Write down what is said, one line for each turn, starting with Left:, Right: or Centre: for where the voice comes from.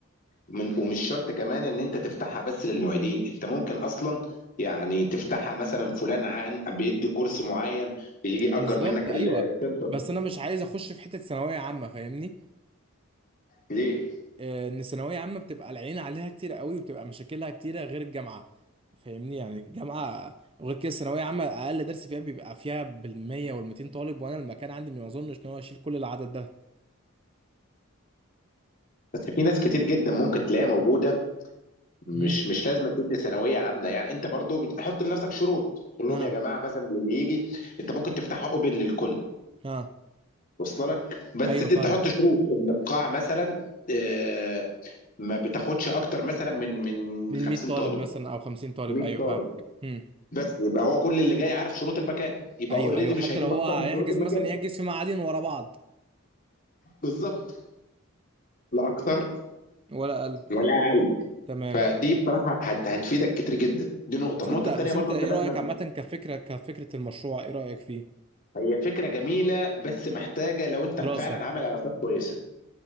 Left: من ومش شرط كمان ان انت تفتحها بس للمعيدين انت ممكن اصلا يعني تفتحها مثلا فلان عن بيدي كورس معين يجي يأجر
Right: بالظبط
Left: منك
Right: ايوه
Left: ال- السنتر
Right: بس انا مش عايز اخش في حته ثانويه عامه فاهمني
Left: ليه
Right: آه، ان ثانويه عامه بتبقى العين عليها كتير قوي وبتبقى مشاكلها كتيره غير الجامعه فاهمني يعني الجامعه وغير كده الثانويه عامه اقل درس فيها بيبقى فيها بالمية والميتين طالب وانا المكان عندي ما اظنش ان هو يشيل كل العدد ده
Left: بس في ناس كتير جدا ممكن تلاقيها موجوده مش
Right: مهم.
Left: مش لازم تدي ثانويه عامه يعني انت برضو بتحط لنفسك شروط تقول لهم
Right: ها
Left: يا جماعه مثلا اللي يجي انت ممكن تفتحها اوبن للكل
Right: ها
Left: وصل لك بس
Right: ايوه
Left: تد-
Right: فاهم
Left: تحط شروط ان القاع مثلا آه، ما بتاخدش اكتر مثلا من من
Right: من
Left: 50
Right: 100 طالب
Left: طالب
Right: مثلا او 50 طالب
Left: 100
Right: ايوه
Left: طالب
Right: فاهمك هم.
Left: بس يبقى هو كل اللي جاي عارف شروط المكان يبقى
Right: ايوه
Left: اوريدي
Right: ايوه
Left: مش
Right: حتى
Left: هيجيب
Right: لو هو
Left: اكتر
Right: هيحجز
Left: من شروط المكان
Right: مثلا يحجز في معادين ورا بعض
Left: بالظبط لا اكتر
Right: ولا اقل
Left: ولا اقل
Right: تمام
Left: فدي بصراحه هت... هتفيدك كتير جدا دي نقطه
Right: بس
Left: النقطه
Right: انت بس
Left: الثانيه برضو
Right: انت ايه
Left: انت لازم
Right: رايك عامه كفكره كفكره المشروع ايه رايك فيه
Left: هي فكره جميله بس محتاجه لو انت
Right: دراسه
Left: فعلا عامل علاقات كويسه